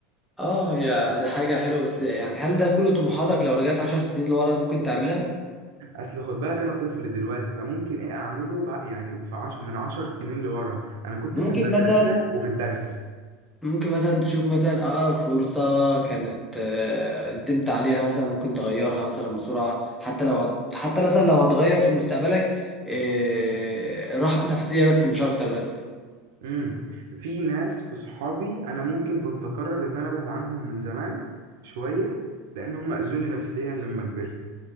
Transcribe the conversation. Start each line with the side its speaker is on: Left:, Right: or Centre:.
Centre: اه يا دي حاجه حلوه بس يعني هل ده كله طموحاتك لو رجعت عشر سنين لورا ممكن تعملها
Right: اصل خد بالك انا طفل دلوقتي فممكن ايه اعمله بقى يعني في عش... من عشر سنين لورا انا كنت
Centre: ممكن
Right: في المدرسه
Centre: مثلا
Right: وفي الدرس
Centre: ممكن مثلا تشوف مثلا أقرب فرصة كانت آه، ندمت عليها مثلا ممكن تغيرها مثلا بسرعة حتى لو هت... حتى مثلا لو هتغير في مستقبلك آه، راحة نفسية بس مش أكتر بس
Right: امم في ناس في صحابي انا ممكن كنت اقرر ان انا ابعد عنهم من زمان شويه لان هم اذوني نفسيا لما كبرت